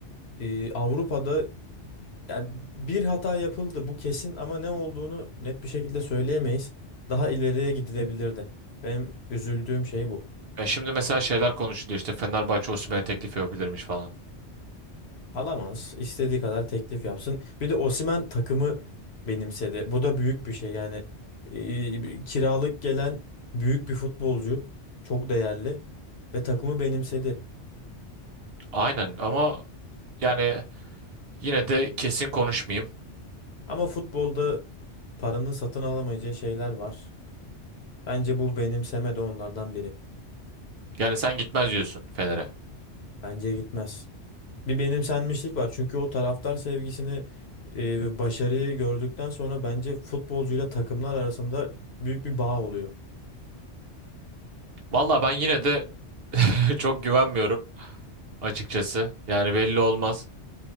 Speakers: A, on the left; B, on the right.
A: e, Avrupa'da yani bir hata yapıldı bu kesin ama ne olduğunu net bir şekilde söyleyemeyiz. Daha ileriye gidilebilirdi. Benim üzüldüğüm şey bu.
B: Ya şimdi mesela şeyler konuşuluyor işte Fenerbahçe Osimhen'e teklif yapabilirmiş falan.
A: Alamaz. istediği kadar teklif yapsın. Bir de Osimhen takımı benimsedi. Bu da büyük bir şey. Yani e, kiralık gelen büyük bir futbolcu, çok değerli ve takımı benimsedi.
B: Aynen ama yani yine de kesin konuşmayayım.
A: Ama futbolda paranın satın alamayacağı şeyler var. Bence bu benimseme de onlardan biri.
B: Yani sen gitmez diyorsun Fener'e.
A: Bence gitmez. Bir benimsenmişlik var. Çünkü o taraftar sevgisini, e, ve başarıyı gördükten sonra bence futbolcuyla takımlar arasında büyük bir bağ oluyor.
B: Valla ben yine de <laughs> çok güvenmiyorum açıkçası. Yani belli olmaz.